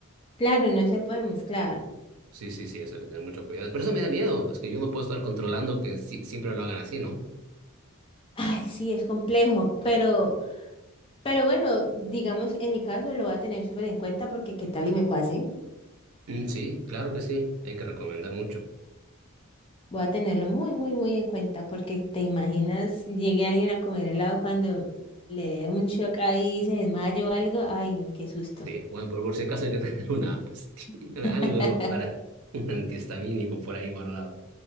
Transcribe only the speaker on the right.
Sí, sí, sí, eso hay que tener mucho cuidado. Pero eso me da miedo, es que yo no puedo estar controlando que si- siempre lo hagan así, ¿no?
Mm, sí, claro que sí, hay que recomendar mucho.
Sí, bueno, por, por si acaso hay que tener una pastilla,
<laughs> algo para un antihistamínico por ahí guardado,